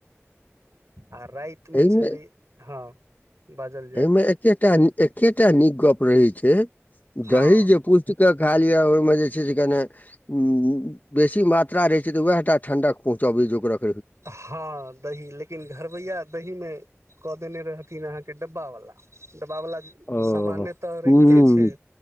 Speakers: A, on the right; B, on the left.
A: आ राति मे
B: एहिमे
A: छलै हँ बाजल जाय
B: एहिमे एकेटा एकेटा निक गप रहै छै
A: हँ
B: दही जे पूर्ति के खा लिय ओहि मे जे छै से कने उ बेसी मात्रा रहय छै त वएह टा ठंडक पहुंचाबे छै जोकरक
A: हँ दही लेकिन घरबैया दही मे कऽ देने रहथिन अहाँके डब्बा वाला ह डबा वाला
B: हूँ
A: सामाने तऽ रहिते
B: हूँ
A: छै